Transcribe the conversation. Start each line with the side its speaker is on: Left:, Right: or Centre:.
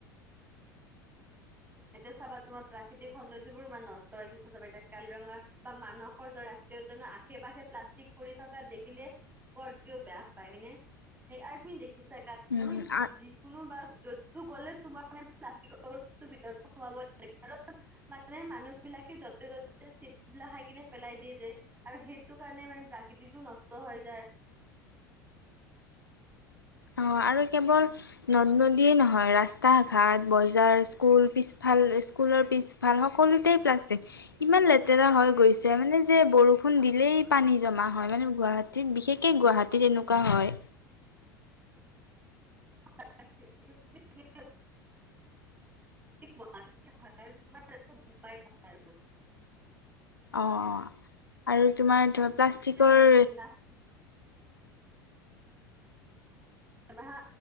Right: <inaudible> এতিয়া চাবা তোমাৰ প্ৰাকৃতিক সৌন্দৰ্য্যবোৰ ইমান নষ্ট হৈছে য়া চাবা এতিয়া কাজিৰঙা বা মানসৰ দৰে ৰাস্ত উত আখে পাশে প্লাষ্টিক পৰি থকা দেখিলে পৰকও বেয়া পায়নে? সেই আৰু তুমি দেখিছা কা
Left: উম
Right: মানে যিকোনো বা যো গ'লে তোমাৰ মে প্লাষ্টিকৰ বিতৰ্ক হ কাৰ মানে মানুহ বিলাকে য'তে ত'তে চিপছ বিলাক খাই কিনে পেলাই লাই দিয়ে যে আৰু সেইটো কাৰণে মানে প্ৰাকৃতিতটো নষ্ট হৈ যায়। উম।।
Left: অঁ আৰু কেৱল নদ নদীয়ে নহয় ৰাস্তা ঘাট বজাৰ স্কুল পিছফাল স্কুল পিছফাল সকলোতে প্লাষ্টিক ইমান লেতেৰা হৈ গৈছে মানে যে বৰষুণ দিলেই পানী জমা হয় মানে গুৱাহাটীত বিশেষকে গুৱাহাটীত এনেকুৱা হয়।
Right: <inaudible> <inaudible> মুম্বাইৰ থকা
Left: অঁ অঁ আৰু তোমাৰ ধ প্লাষ্টিকৰ
Right: হৈ যায়। হা